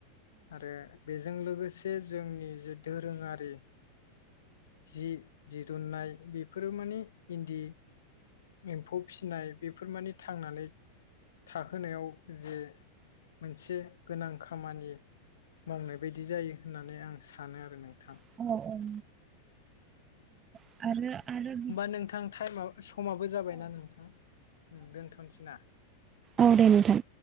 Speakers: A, on the left; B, on the right.
A: आरो बेजों लोगोसे जोंनि जे दोरोंङारि जि दिहुननाय बेफोरो माने इन्दि एम्फौ फिसिनाय बेफोर माने थांनानै थाहोनायाव जे मोनसे गोनां खामानि मावनाय बायदि जायो होननानै आं सानो आरो नोंथां।
B: <unintelligible> <unintelligible>
A: होमबा नोंथां टाइमा समाबो जाबायना नोंथां दोनथ'नोसैना?
B: औ दे नोंथां।